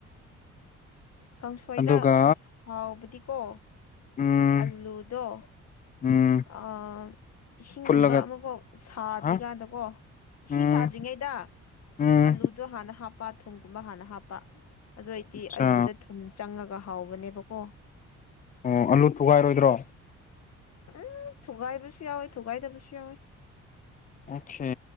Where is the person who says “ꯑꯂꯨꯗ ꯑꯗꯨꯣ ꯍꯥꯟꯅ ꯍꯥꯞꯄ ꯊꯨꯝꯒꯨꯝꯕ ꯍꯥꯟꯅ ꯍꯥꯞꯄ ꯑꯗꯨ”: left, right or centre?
Left